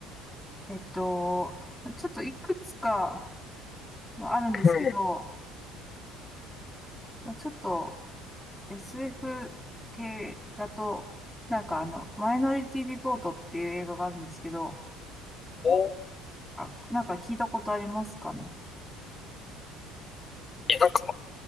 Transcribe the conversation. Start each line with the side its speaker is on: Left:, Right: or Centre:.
Centre: えっと、ちょっといくつかあるんですけど、
Left: ん。
Centre: まあちょっと SF 系だと、なんかあの、マイノリティリポートっていう映画があるんですけど、
Left: おー
Centre: あ、なんか聞いたことありますかね。
Left: え、なんか、